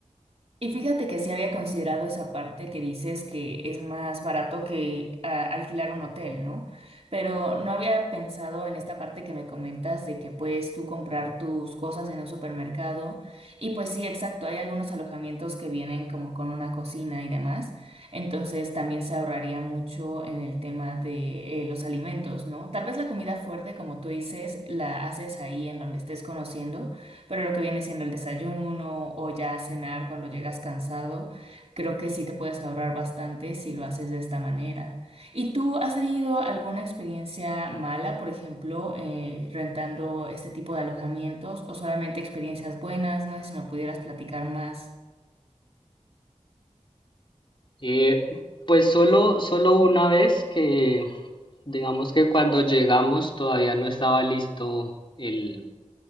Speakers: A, on the right (about 55°); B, on the left (about 40°).
A: Y fíjate que sí había considerado esa parte que dices que es más barato que ah, alquilar un hotel, ¿no? Pero no había pensado en esta parte que me comentas de que puedes tú comprar tus cosas en un supermercado. Y pues sí, exacto, hay algunos alojamientos que vienen como con una cocina y demás. Entonces también se ahorraría mucho en el tema de eh, los alimentos, ¿no? Tal vez la comida fuerte, como tú dices, la haces ahí en donde estés conociendo pero lo que viene siendo el desayuno o ya cenar cuando llegas cansado, creo que sí te puedes ahorrar bastante si lo haces de esta manera. ¿Y tú has tenido alguna experiencia mala, por ejemplo, eh, rentando este tipo de alojamientos o solamente experiencias buenas? No sé si me pudieras platicar más.
B: Eh, pues solo, solo una vez que, digamos que cuando llegamos todavía no estaba listo el,